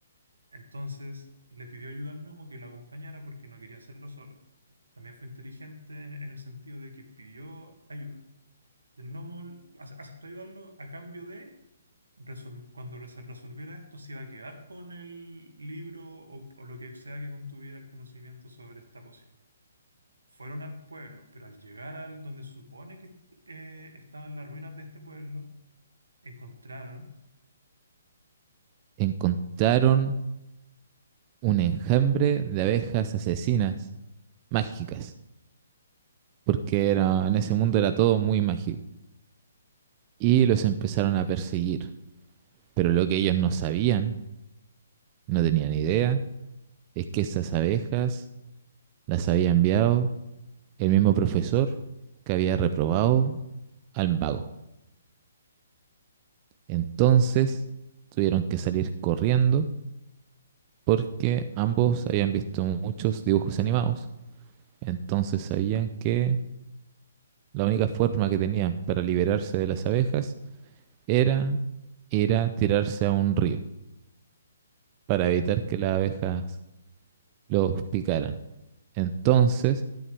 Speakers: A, on the right; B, on the right.
A: Entonces le pidió ayuda al gnomo que lo acompañara porque no quería hacerlo solo. También fue inteligente en, en el sentido de que pidió ayuda. Y el gnomo ace- aceptó ayudarlo a cambio de, resol- cuando se resolviera esto, se iba a quedar con el libro o, o lo que sea que contuviera el conocimiento sobre esta poción fueron al pueblo, pero al llegar al donde se supone que eh, estaban las ruinas de este pueblo, encontraron,
B: encontraron un enjambre de abejas asesinas mágicas, porque era, en ese mundo era todo muy mágico. Y los empezaron a perseguir. Pero lo que ellos no sabían, no tenían idea, es que esas abejas las había enviado el mismo profesor que había reprobado al mago. Entonces tuvieron que salir corriendo porque ambos habían visto muchos dibujos animados, entonces sabían que la única forma que tenían para liberarse de las abejas era ir a tirarse a un río para evitar que las abejas los picaran. Entonces